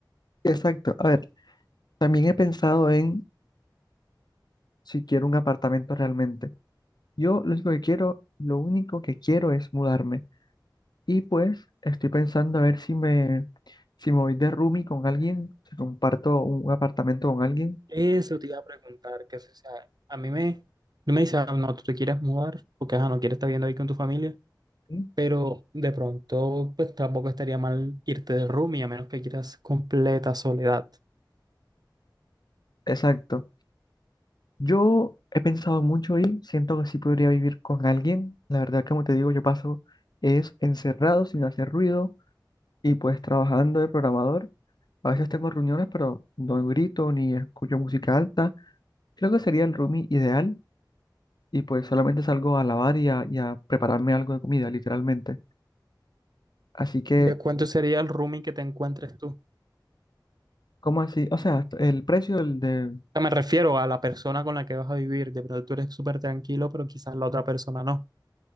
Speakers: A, on the left; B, on the right.
A: exacto. A ver, también he pensado en si quiero un apartamento realmente Yo lo único que quiero, lo único que quiero es mudarme. Y pues estoy pensando a ver si me, si me voy de roomie con alguien, si comparto un apartamento con alguien.
B: Eso te iba a preguntar, que si, o sea, a mí me, no me dice, "Ah, no, tú te quieres mudar, porque ajá, no quieres estar viviendo ahí con tu familia,
A: ¿sí?
B: pero de pronto, pues tampoco estaría mal irte de roomie, a menos que quieras completa soledad.
A: Exacto. Yo he pensado mucho y siento que sí podría vivir con alguien. La verdad, como te digo, yo paso es encerrado, sin hacer ruido y pues trabajando de programador. A veces tengo reuniones, pero no grito ni escucho música alta. Creo que sería el roomie ideal. y pues solamente salgo a lavar y a, y a prepararme algo de comida, literalmente. Así que,
B: ¿De cuánto sería el roomie que te encuentres tú? O
A: ¿cómo así? O sea, el precio del de...
B: sea, me refiero a la persona con la que vas a vivir, de pronto tú eres súper tranquilo, pero quizás la otra persona no.